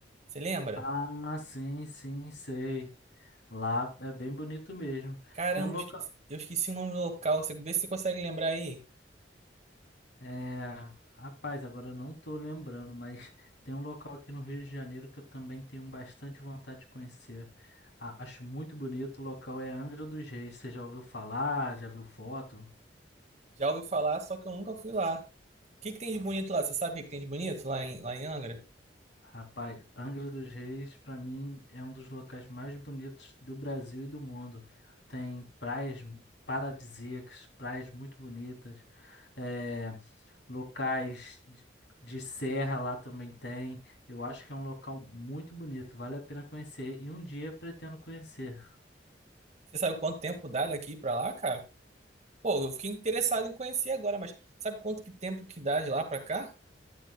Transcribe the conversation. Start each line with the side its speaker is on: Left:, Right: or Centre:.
Right: Você lembra?
Left: Ah, sim, sim, sei. Lá é bem bonito mesmo.
Right: Caramba,
Left: Tem um local.
Right: eu esqueci, eu esqueci o nome do local. Você, vê se você consegue lembrar aí.
Left: É... Rapaz, agora eu não tô lembrando, mas tem um local aqui no Rio de Janeiro que eu também tenho bastante vontade de conhecer. A- Acho muito bonito. O local é Angra dos Reis. Você já ouviu falar? Já viu foto?
Right: Já ouvi falar, só que eu nunca fui lá. O que que tem de bonito lá? Você sabe o que que tem de bonito lá em, lá em Angra?
Left: Rapaz, Angra dos Reis, pra mim, é um dos locais mais bonitos do Brasil e do mundo. Tem praias paradisíacas, praias muito bonitas, é, locais de de serra lá também tem. Eu acho que é um local muito bonito, vale a pena conhecer e um dia pretendo conhecer.
Right: Você sabe quanto tempo dá daqui pra lá, cara? Pô, eu fiquei interessado em conhecer agora, mas sabe quanto que tempo que dá de lá pra cá?